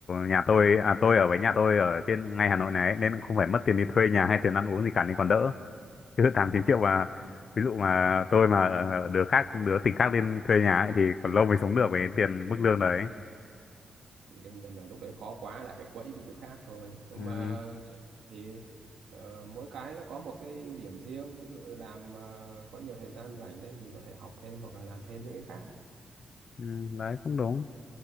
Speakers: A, on the left; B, on the right.
A: nhà tôi à tôi ở với nhà tôi ở trên ngay Hà Nội này ấy, nên không phải mất tiền đi thuê nhà hay tiền ăn uống gì cả nên còn đỡ chứ tám chín triệu mà ví dụ mà tôi mà ờ, đứa khác đứa tỉnh khác lên thuê nhà ấy, thì còn lâu mới sống được với tiền mức lương đấy
B: thì đương nhiên là lúc đấy khó quá là phải quẫy đi chỗ khác thôi nhưng
A: ừ,
B: mà thì, thì ờ, mỗi cái nó có một cái ưu điểm riêng ví dụ là làm ờ, có nhiều thời gian rảnh đấy thì mình có thể học thêm hoặc là làm thêm những cái khác
A: ừ, đấy cũng đúng